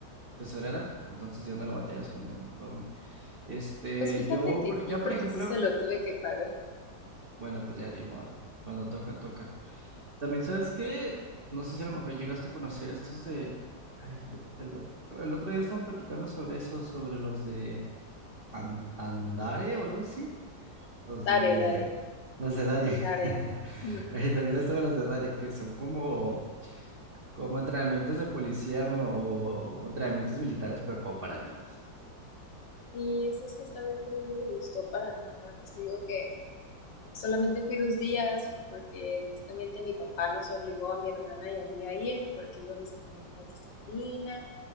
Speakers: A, on the right (about 60°); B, on the left (about 75°).
A: tesorera, entonces ya no le batallas con el uniforme. Este,
B: Pues fíjate
A: yo,
B: que
A: por-
B: sí,
A: ya
B: porque
A: por ejemplo,
B: sí se lo tuve que pagar.
A: bueno, pues ya de modo, cuando toca, toca. También, ¿sabes qué? No sé si a lo mejor llegaste a conocer estos de, ay, de- el otro, el otro día estamos platicando sobre eso, sobre los de An- Andare o algo así. Los
B: Daré,
A: de.
B: daré,
A: Los de Dare.
B: el daré.
A: <laughs>
B: Ujú.
A: Eh, También estaban los de Dare, que son como, como entrenamientos de policía o, o entrenamientos militares, pero como para niños.
B: Y eso es justamente no me gustó para nada, pues te digo que solamente fui dos días, porque justamente mi papá nos obligó a mi hermana y a mí a ir, que porque íbamos a tener más disciplina.